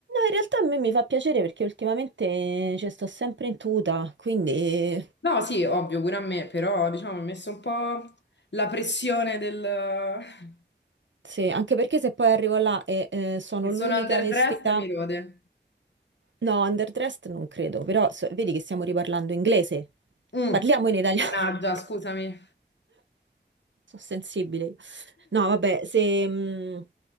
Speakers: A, on the right; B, on the left.
A: in realtà a me mi fa piacere perché ultimamente ci sto sempre in tuta, quindi
B: No, sì, ovvio, pure a me, però diciamo mi ha messo un po' la pressione del... <laughs>
A: sì, anche perché se poi arrivo là e eh, sono
B: che sono
A: l'unica
B: underdressed,
A: vestita...
B: mi rode.
A: No, underdressed non credo, però so- vedi che stiamo riparlando inglese.
B: Mm.
A: Parliamo in italiano.
B: Mannaggia,
A: <laughs>
B: scusami.
A: Sono sensibile. io. No, vabbè, se, mh,